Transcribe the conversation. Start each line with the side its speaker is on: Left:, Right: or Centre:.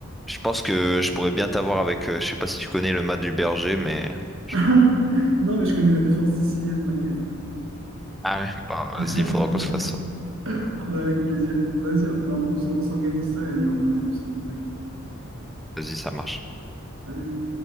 Centre: Je pense que je pourrais bien t'avoir avec, euh, je sais pas si tu connais le mat du berger, mais... je-
Right: <laughs> Non, mais je connais la défense sicilienne, t'inquiète.
Centre: Ah ouais, bah,
Right: <laughs>
Centre: vas-y, il faudra qu'on se fasse ça.
Right: Bah, avec plaisir. Vas-y, bah, on s- on s'organise ça et on, et on se recontacte.
Centre: Vas-y, ça marche.
Right: Salut!